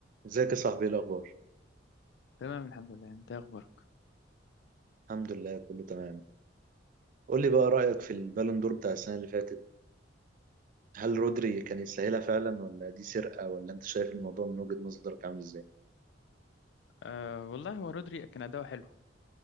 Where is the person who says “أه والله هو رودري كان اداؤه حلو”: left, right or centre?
Left